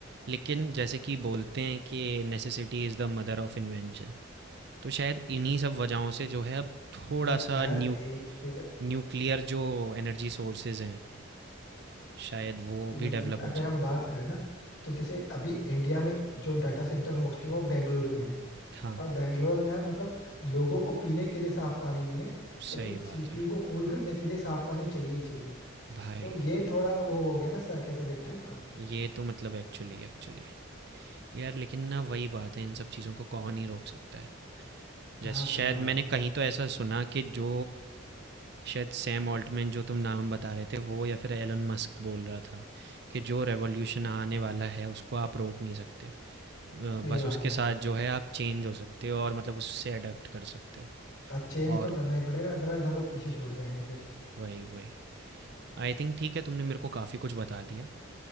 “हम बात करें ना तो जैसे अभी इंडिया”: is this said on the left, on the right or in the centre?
Left